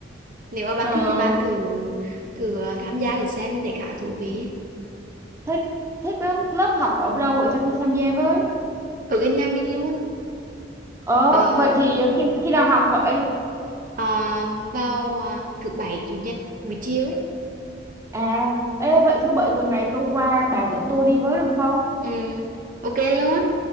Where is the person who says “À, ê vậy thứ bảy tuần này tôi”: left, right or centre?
Right